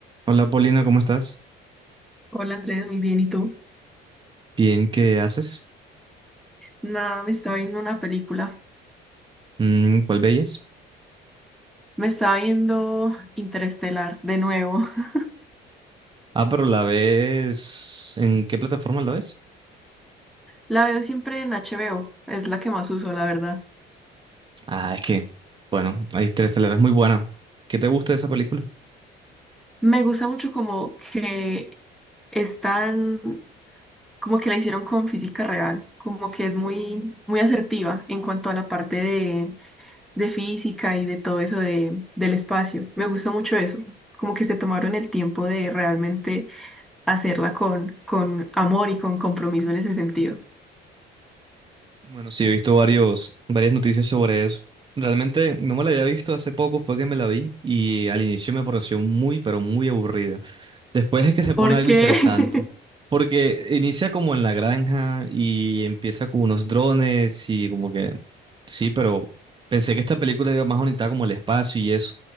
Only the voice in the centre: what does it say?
Hola Andrés, muy bien. ¿Y tú?
Nada, me estaba viendo una película.
Me estaba viendo Interestelar de nuevo. <laughs>
La veo siempre en HBO. Es la que más uso, la verdad.
Me gusta mucho como que están, como que la hicieron con física real. Como que es muy, muy asertiva en cuanto a la parte de, de física y de todo eso de, del espacio. Me gusta mucho eso. Como que se tomaron el tiempo de realmente hacerla con, con amor y con compromiso en ese sentido.
Porque,
<laughs>